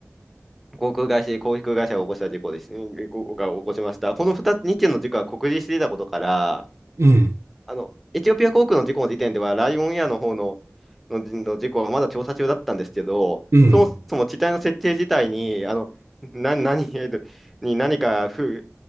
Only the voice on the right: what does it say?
ええ、
ええ、